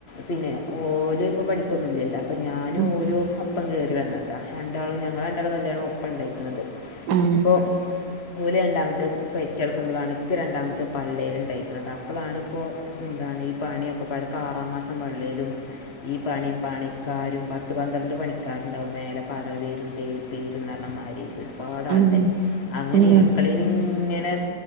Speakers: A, on the left; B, on the right.
A: പിന്നെ ഓലോഇപ്പ പണിക്കൊന്നുല്ലല്ലോ അപ്പം ഞാനും
B: ഉം
A: ഓലോ ഒപ്പംകേറി വന്നതാരണ്ടാളുംഞങ്ങള രണ്ടാളെകല്യാണംഓപ്പണ്ടായിക്കണത്
B: ഉം
A: അപ്പൊ ഓല് രണ്ടാമത്തെ പെറ്റെടുമ്പോളാണ് ക്ക്‌ രണ്ടാമത്തെ പള്ളേല്ണ്ടായിക്കണത് അപ്പോളാണിപ്പൊ ഈ പണിയൊക്കെ പാടെ ഇപ്പം ആറാമാസം പള്ളെലും ഈ പണിം പണിക്കാരും പത്ത് പന്ത്രണ്ട് പണിക്കാരുണ്ടാവും മേലെ പടവേരുംതേ പേരുന്നറിഞ്ഞമായിരി ഒരുപാടാള്
B: ഉം
A: ണ്ടായിനി അങ്ങനെ
B: ഉം
A: ഈ അടുക്കളെങ്ങനെ